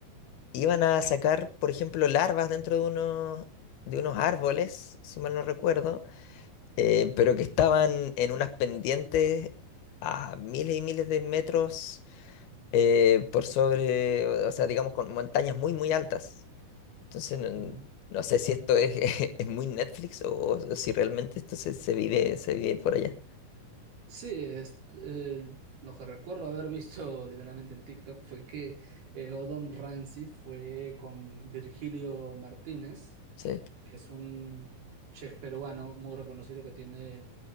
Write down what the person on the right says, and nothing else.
ujú.
Sí, es, eh, lo que recuerdo haber visto <laughs> literalmente en TikTok fue que eh, Gordon Ramsay fue con Virgilio Martínez,
que es un chef peruano muy reconocido que tiene